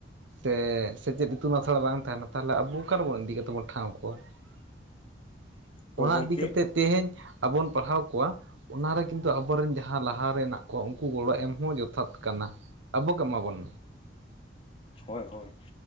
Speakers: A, on the right; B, on the left.
A: ᱥᱮ ᱥᱮᱪᱮᱫ ᱤᱛᱩᱱ ᱟᱥᱲᱟ ᱵᱟᱝ ᱛᱟᱸᱦᱮᱱᱟ ᱛᱟᱦᱞᱮ ᱟᱵᱩ ᱚᱠᱟ ᱨᱮᱵᱚᱱ ᱤᱫᱤ ᱠᱟᱛᱮ ᱵᱚᱱ ᱴᱷᱟᱸᱣ ᱠᱚᱣᱟ ᱾ <inaudible>
B: ᱦᱳᱭ
A: ᱚᱲᱟᱜ
B: ᱜᱚᱢᱠᱮ
A: ᱤᱫᱤ ᱠᱟᱛᱮᱫ ᱛᱮᱦᱮᱧ ᱟᱵᱚ ᱵᱚᱱ ᱯᱟᱲᱦᱟᱣ ᱠᱚᱣᱟ ᱾ ᱚᱱᱟ ᱨᱮ ᱠᱤᱱᱛᱩ ᱟᱵᱚ ᱨᱮᱱ ᱡᱟᱦᱟᱸ ᱞᱟᱦᱟ ᱨᱮ ᱦᱮᱱᱟᱜ ᱠᱚᱣᱟ, ᱩᱱᱠᱩ ᱜᱚᱲᱚ ᱮᱢ ᱦᱚᱸ ᱡᱚᱛᱷᱟᱛ ᱠᱟᱱᱟ᱾ ᱟᱵᱚ ᱠᱚ ᱮᱢᱟ ᱵᱚᱱ
B: ᱦᱳᱭ ᱦᱳᱭ,